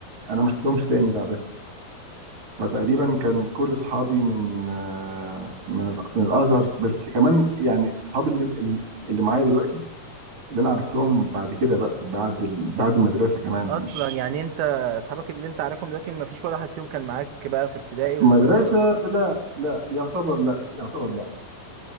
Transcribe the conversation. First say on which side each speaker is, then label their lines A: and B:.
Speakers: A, on the right; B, on the right.
A: انا ما شفتهمش تاني بعدها فتقريبا
B: آه.
A: كان كل صحابي من آه، من ال- من الازهر بس كمان يعني صحابي اللي اللي معايا دلوقتي اللي انا عرفتهم بعد كده بقى بعد ال... بعد المدرسه كمان
B: اصلا
A: مش
B: يعني انت اصحابك اللي انت عارفهم دلوقتي ما فيش ولا حد فيهم كان معاك بقى في ابتدائي واوقات
A: مدرسه لا لا يعتبر لا يعتبر لا